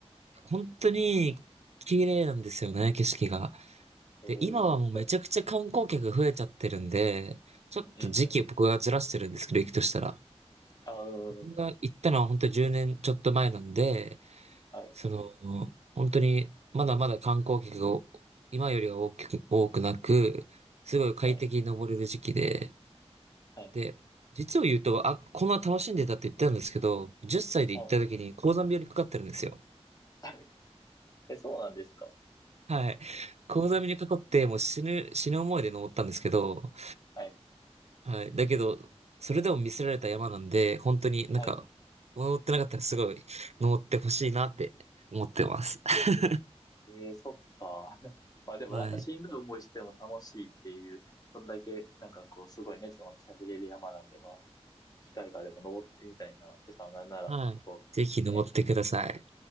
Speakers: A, on the right; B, on the left.
A: 本当に綺麗なんですよね、景色が。
B: えー、
A: で、今はもうめちゃくちゃ観光客が増えちゃってるんで、
B: だ、
A: ちょっと時期を僕がずらしてるんですけど、
B: うん、うん、うん、うん。
A: 行くとしたら。
B: あ、うん、
A: 僕が行ったのは本当に10年ちょっと前なんで、
B: うんうんはい、
A: その、本当にまだまだ観光客が今よりは大きく、多くなく、すごい快適に登れる時期で、
B: はい、はい、
A: で、実を言うと、あ、こんな楽しんでたって言ったんですけど、10歳で行った時に高山病にかかってるんですよ。
B: はい。<laughs> え、そうなんですか。
A: はい。高山病にかかって、もう死ぬ、死ぬ思いで登ったんですけど、
B: はい、
A: はい。だけど、それでも見せられた山なんで、本当になんか、
B: はい。
A: 登ってなかったらすごい登ってほしいなって思ってます。<laughs>
B: ええそっか。<laughs> まあでもなんかしんどい思いしても楽しいっていう、
A: はい。
B: そんだけなんかこうすごい熱を持って喋れる山なんで、まあ、機会があれば登ってみたいな。てか、なんなら、
A: はい。
B: こう、
A: ぜひ登ってください。
B: ね。